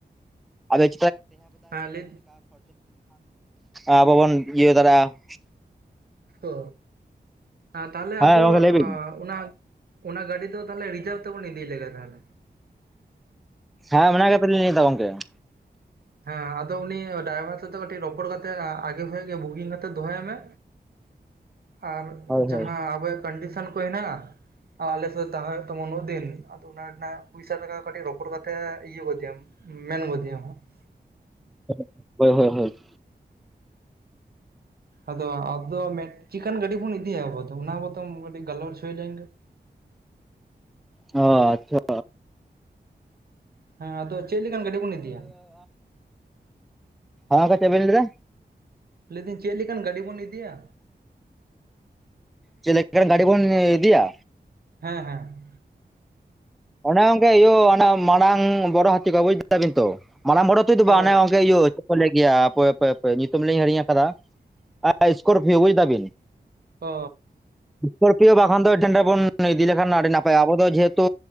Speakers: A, in the centre; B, on the right (about 65°).
A: ᱟᱫᱚ <inaudible> ᱾ <inaudible>
B: ᱦᱮᱸ ᱞᱟᱹᱭ
A: ᱟᱵᱳ ᱵᱚᱱ ᱤᱭᱟᱹ ᱫᱟᱲᱮᱭᱟᱜ-ᱟ ᱾
B: ᱚᱻ, ᱛᱟᱦᱞᱮ
A: ᱦᱮᱸ
B: ᱟᱵᱚ
A: ᱜᱚᱝᱠᱮ ᱞᱟᱹᱭ ᱵᱤᱱ
B: ᱚ <inaudible> ᱚᱱᱟᱠ ᱚᱱᱟ ᱜᱟᱹᱰᱤ ᱫᱚ ᱛᱟᱞᱦᱮ ᱨᱤᱡᱟᱵᱷ ᱛᱮᱵᱚᱱ ᱤᱫᱤ ᱞᱮᱫᱟ ᱛᱟᱦᱞᱮ᱾
A: ᱦᱮᱸ ᱚᱱᱟ ᱜᱮᱛᱚ ᱞᱤᱧ ᱞᱟᱹᱭᱫᱟ ᱜᱚᱝᱠᱮ ᱾
B: ᱦᱮᱸ ᱟᱫᱚ ᱩᱱᱤ ᱰᱟᱭᱵᱷᱟᱨ ᱥᱟᱛᱮ ᱠᱟᱹᱴᱤᱡ ᱨᱚᱯᱚᱲ ᱠᱟᱛᱮ ᱟᱜᱮ ᱠᱷᱚᱡ ᱵᱩᱜᱤᱝ ᱠᱟᱛᱮᱜ ᱫᱚᱦᱚᱭ ᱢᱮ, ᱟᱨ
A: ᱦᱳᱭ
B: ᱡᱟᱦᱟᱸ
A: ᱦᱳᱭ
B: ᱟᱵᱚᱭᱟᱜ ᱠᱚᱱᱰᱤᱥᱚᱱ ᱠᱚ ᱦᱮᱱᱟᱜᱼᱟ? ᱟᱞᱮ ᱥᱮᱫ ᱛᱟᱦᱮᱸ ᱦᱳᱭᱳᱜ ᱛᱟᱢᱟ ᱩᱱᱟᱹᱜ ᱫᱤᱱ ᱟᱫᱚ ᱚᱱᱟ ᱨᱮᱱᱟᱜ ᱯᱚᱭᱥᱟ ᱴᱟᱠᱟ ᱠᱟᱹᱴᱤᱡ ᱨᱚᱯᱚᱲ ᱠᱟᱛᱮ ᱤᱭᱟᱹ <unintelligible> ᱾ ᱢᱮᱱ ᱜᱚᱫᱮᱭᱟᱢ ᱦᱟᱸᱜ ᱾
A: ᱯᱷᱩᱲᱩᱠ, ᱦᱳᱭ -ᱦᱳᱭ- ᱦᱳᱭ ᱾
B: ᱟᱫᱚ ᱟᱫᱚ ᱢᱮᱫ ᱪᱤᱠᱟᱱ ᱜᱟᱹᱰᱤ ᱵᱚᱱ ᱤᱫᱤᱭᱟ ᱟᱵᱚ ᱚᱱᱟ ᱵᱚᱛᱚᱢ ᱠᱟᱹᱴᱤᱡ ᱜᱟᱞᱚᱪ ᱦᱩᱭ ᱞᱮᱱ ᱜᱮ ᱾
A: ᱚ ᱟᱪᱷᱟᱜ ᱾
B: ᱦᱮᱸ, ᱟᱫᱚ ᱪᱮᱜ ᱞᱮᱠᱟᱱ ᱜᱟᱹᱰᱤ ᱵᱚᱱ ᱤᱫᱤᱭᱟ?
A: ᱟᱱᱟ ᱫᱚ ᱪᱮᱜ ᱞᱟᱹᱭᱫᱟ?
B: ᱞᱟᱹᱭ ᱫᱟᱹᱧ ᱪᱮᱜ ᱞᱮᱠᱟᱱ ᱜᱟᱹᱰᱤ ᱵᱚᱱ ᱤᱫᱤᱭᱟ?
A: ᱪᱮᱜ ᱞᱮᱠᱟᱱ ᱜᱟᱹᱰᱤ ᱵᱚᱱ ᱩᱸᱦ ᱤ-ᱤᱫᱤᱭᱟ?
B: ᱦᱮᱸ ᱦᱮᱸ᱾
A: ᱚᱱᱮ ᱜᱚᱝᱜᱮ ᱤᱭᱟᱹ ᱚᱱᱟ ᱢᱟᱲᱟᱝ ᱵᱚᱨᱚ ᱦᱟᱹᱛᱤ ᱠᱚ ᱵᱩᱡᱽ ᱫᱟ ᱵᱤᱱ ᱛᱚ, ᱢᱟᱲᱟᱝ ᱵᱚᱨᱚᱛ ᱱᱤᱛᱳᱜ ᱫᱚ ᱵᱟᱝ
B: ᱚ
A: ᱚᱱᱮ ᱜᱚᱝᱠᱮ ᱤᱭᱟᱹ ᱪᱮᱫ ᱠᱚ ᱞᱮᱭ ᱜᱮᱭᱟ ᱦᱟᱯᱳᱭ ᱦᱟᱯᱮ ᱦᱟᱯᱮ ᱧᱩᱛᱩᱢ ᱞᱤᱧ ᱦᱤᱲᱤᱧ ᱠᱟᱫᱟ <unintelligible> ᱥᱠᱚᱨᱯᱤᱭᱳ ᱵᱩᱡ ᱫᱟᱵᱤᱱ᱾
B: ᱚᱻ
A: ᱥᱠᱚᱨᱯᱤᱭᱚ ᱵᱟᱠᱷᱟᱱ ᱫᱚ <unintelligible> ᱵᱚᱱ ᱤᱫᱤ ᱞᱮᱠᱷᱟᱱ ᱟᱹᱰᱤ ᱱᱟᱯᱟᱭᱟ, ᱟᱵᱚ ᱫᱚ ᱡᱮᱦᱮᱛᱩ